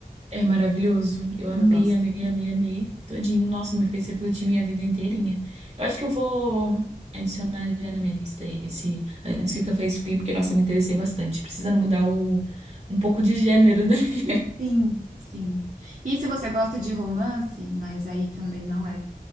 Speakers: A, on the right (about 45°); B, on the right (about 60°).
A: É maravilhoso. Eu amei,
B: Eu gosto.
A: amei, amei, amei todinho. Nossa, me fez refletir minha vida inteirinha. Eu acho que eu vou adicionar já na minha lista esse antes que o café esfrie, porque, nossa, me interessei bastante. Precisando mudar o, um pouco de gênero, né? <laughs>
B: Sim, sim. E se você gosta de romance, mas aí também não é